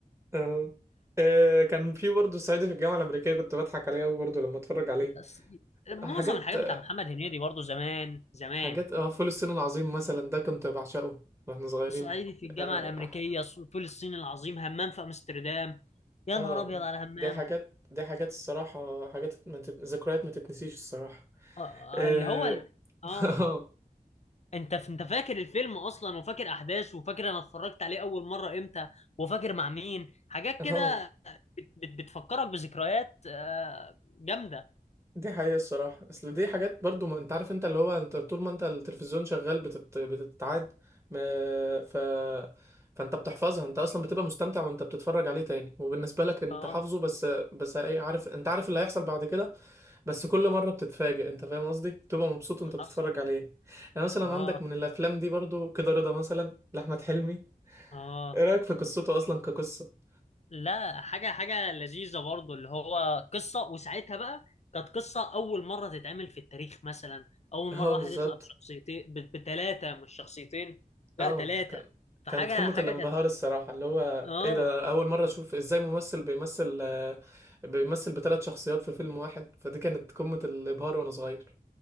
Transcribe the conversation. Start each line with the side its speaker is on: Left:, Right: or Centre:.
Right: اه آه، كان في برضه صعيدي في الجامعة الأمريكية كنت بضحك عليه أوي برضه لما أتفرج عليه
Left: أص- معظم
Right: حاجات
Left: الحاجات بتاع محمد هنيدي برضو زمان زمان
Right: حاجات اه فول الصين العظيم مثلا ده كنت بعشقه واحنا صغيرين
Left: صعيدي في الجامعة
Right: اه
Left: الأمريكية
Right: أح-
Left: ص- فول الصين العظيم همام في أمستردام يا
Right: آه،
Left: نهار أبيض على همام
Right: دي حاجات دي حاجات الصراحة حاجات ما تت... ذكريات ما تتنسيش الصراحة
Left: آه،
Right: اه
Left: اللي هو ال...
Right: <laughs>
Left: اه
Right: اه
Left: انت ف... انت فاكر الفيلم اصلا وفاكر احداثه وفاكر انا اتفرجت عليه اول مره امتى وفاكر مع مين حاجات
Right: آه،
Left: كده بت... بت... بتفكرك بذكريات آه، جامده
Right: دي حقيقة الصراحة اصل دي حاجات برضو ما انت عارف انت اللي هو انت طول ما انت التلفزيون شغال بتت... بتتعاد ما... ف فانت بتحفظها انت اصلا بتبقى مستمتع وانت بتتفرج عليه تاني وبالنسبة لك انت
Left: اه
Right: حافظه بس بس إيه، عارف انت عارف اللي هيحصل بعد كده بس كل مرة بتتفاجئ انت فاهم قصدي بتبقى مبسوط وانت بتتفرج
Left: حصل
Right: عليه يعني مثلا
Left: اه
Right: عندك من الافلام دي برضو كده رضا مثلا لاحمد حلمي
Left: اه
Right: ايه رأيك في قصته اصلا كقصة
Left: لا حاجه حاجه لذيذه برضو اللي هو قصه وساعتها بقى كانت قصه اول مره تتعمل في التاريخ مثلا اول
Right: اه
Left: مره واحد
Right: بالظبط
Left: يطلع بشخصيتين بثلاثه مش شخصيتين لا
Right: اه
Left: ثلاثه
Right: كان
Left: فحاجه
Right: كانت قمة
Left: حاجه
Right: الانبهار
Left: كانت
Right: الصراحة اللي هو
Left: اه
Right: ايه ده اول مرة اشوف ازاي ممثل بيمثل آه، بيمثل بثلاث شخصيات في فيلم واحد فدي كانت قمة الابهار وانا صغير